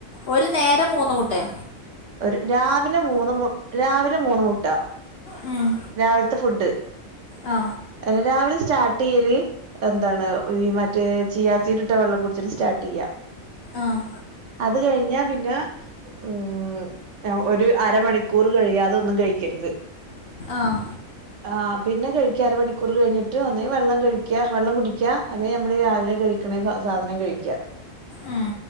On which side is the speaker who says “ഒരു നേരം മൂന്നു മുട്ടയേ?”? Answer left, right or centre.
Left